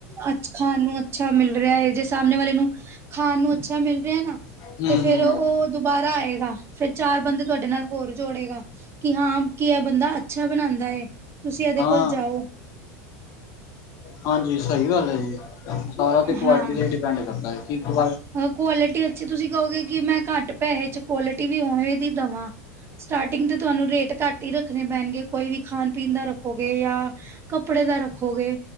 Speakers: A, on the right; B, on the left.
A: ਅੱਜ ਖਾਣ ਦੀ ਅੱਛਾ ਮਿਲ ਰਿਹਾ ਜੇ ਸਾਹਮਣੇ ਵਾਲੇ ਨੂੰ ਖਾਣ ਨੂੰ ਅੱਛਾ ਮਿਲ ਰਿਹਾ ਨਾ
B: ਹਮ
A: ਤੇ ਫੇਰ
B: ਹਮ
A: ਉਹ ਦੁਬਾਰਾ ਆਏਗਾ ਫੇਰ ਚਾਰ ਬੰਦੇ ਤੁਹਾਡੇ ਨਾਲ ਹੋਰ ਜੋੜੇਗਾ ਕਿ ਹਾਂ ਕੀ ਐ ਬੰਦਾ ਅੱਛਾ ਬਣਾਂਦਾ ਏ ਤੁਸੀਂ ਇਹਦੇ
B: ਹਾਂ
A: ਕੋਲ ਜਾਓ।
B: ਹਾਂਜੀ ਸਹੀ ਗੱਲ ਐ ਜੀ ਸਾਰਾ ਤੇ ਕੁਆਲਿਟੀ
A: ਹਾਂ
B: ਤੇ ਹੀ ਡਿਪੈਂਡ ਕਰਦਾ ਕੀ ਕੁ
A: ਕੁਆਲਿਟੀ ਅੱਛੀ ਤੁਸੀਂ ਕਹੋਗੇ ਕਿ ਮੈਂ ਘੱਟ ਪੈਸੇ ਚ ਕੁਆਲਿਟੀ ਵੀ ਓਵੇਂ ਦੀ ਦੇਵਾ। ਸਟਾਰਟਿੰਗ ਤੇ ਤੁਹਾਨੂੰ ਰੇਟ ਘੱਟ ਹੀ ਰੱਖਣੇ ਪੈਣਗੇ ਕੋਈ ਵੀ ਖਾਣ ਪੀਣ ਦਾ ਰੱਖੋਗੇ ਜਾਂ ਕੱਪੜੇ ਦਾ ਰੱਖੋਗੇ